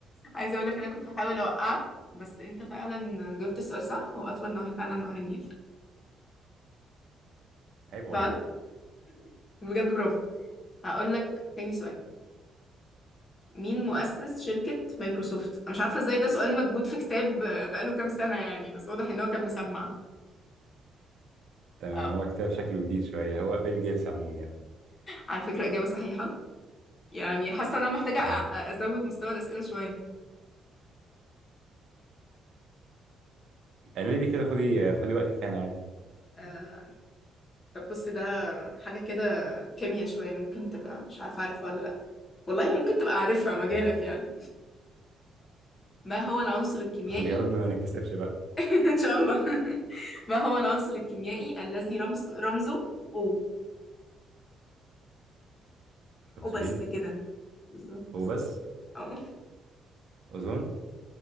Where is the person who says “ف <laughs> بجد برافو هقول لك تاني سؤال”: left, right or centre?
Left